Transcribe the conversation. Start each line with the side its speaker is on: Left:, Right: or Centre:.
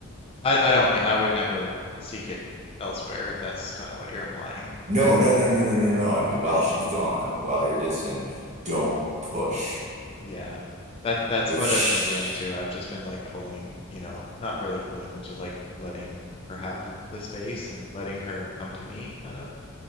Left: I, I don't mean. I would never seek it elsewhere if that's kind of what you're implying.
Right: No,
Left: um,
Right: no, no, no, no, no, no. I mean, while she's gone, while you're distant, don't push.
Left: Yeah. That that's
Right: If
Left: what
Right: she,
Left: I've been doing too. I've just been like pulling, you know, not really pulling, but just like letting her have the, the space and letting her come to me kind of,